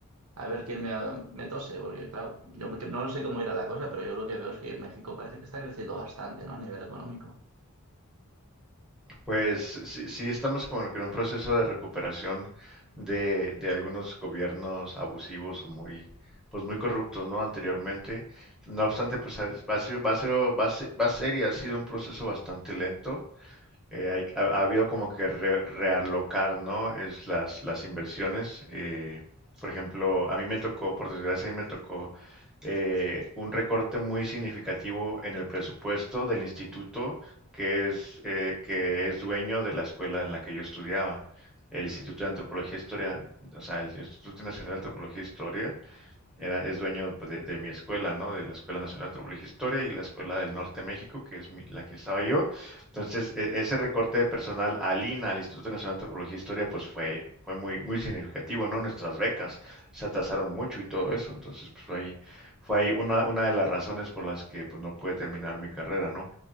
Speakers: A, on the right (about 80°); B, in the centre.
A: a ver quién me, me tose, porque claro, yo me- no sé cómo irá la cosa, pero yo lo que veo es que México parece que está creciendo bastante, ¿no? A nivel económico.
B: Pues sí, sí estamos como que en un proceso de recuperación de, de algunos gobiernos abusivos o muy, pues muy corruptos, ¿no? Anteriormente. No obstante, pues ha- va a ser, va a ser, va a ser, va a ser y ha sido un proceso bastante lento. eh, hay- ha, ha habido como que re- realocar, ¿no? Es las, las inversiones. eh, por ejemplo, a mí me tocó, por desgracia, a mí me tocó eh, un recorte muy significativo en el presupuesto del instituto que es, eh, que es dueño de la escuela en la que yo estudiaba. El Instituto de Antropología e Historia, o sea, el Instituto Nacional de Antropología e Historia, era, es dueño pues, de, de mi escuela, ¿no? De la Escuela Nacional de Antropología e Historia y la Escuela del Norte de México, que es mi- la que estaba yo. Entonces, e- ese recorte de personal al INA, al Instituto Nacional de Antropología e Historia, pues fue, fue muy, muy significativo, ¿no? Nuestras becas se atrasaron mucho y todo eso. Entonces, pues fue ahí, fue ahí una, una de las razones por las que pues no pude terminar mi carrera, ¿no?